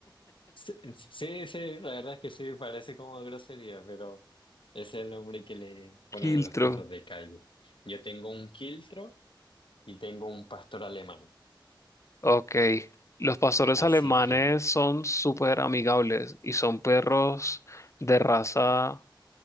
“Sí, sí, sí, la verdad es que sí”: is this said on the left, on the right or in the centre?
Left